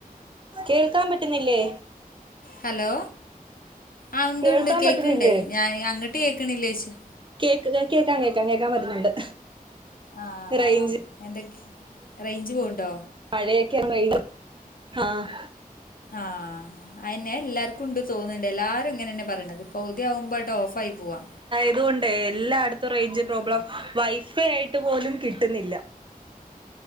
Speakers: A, on the right; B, on the left.
A: കേൾക്കാൻ പറ്റുന്നില്ലേ
B: ഹലോ ആ ഉണ്ട്
A: കേൾക്കാൻ
B: ഉണ്ട് കേൾക്കണ്ട്
A: പറ്റുന്നില്ലേ
B: ഞാൻ അങ്ങോട്ട് കേൾക്കണില്ല ചോയിച്ച
A: കേക്കാം കേൾക്കാൻ കേൾക്കാൻ കേൾക്കാൻ പറ്റുന്നുണ്ട്
B: ആഹ്
A: റേഞ്ച്
B: ആഹ് ആഹ് എന്ത റേഞ്ച് പോവണ്ടോ
A: മഴയൊക്കെയ വെയില ആഹ്
B: ആഹ് അയിനെ എല്ലാർക്കും ഉണ്ട് തോന്നുന്നുണ്ട് എല്ലാരും ഇങ്ങനെ തന്നെ പറയണത് പകുതിയാവുമ്പോൾയിട്ട് ഓഫായി പോവാ
A: അതുകൊണ്ട് എല്ലായിടത്തും റേഞ്ച് പ്രോബ്ലം വൈഫൈ ആയിട്ട് പോലും കിട്ടുന്നില്ല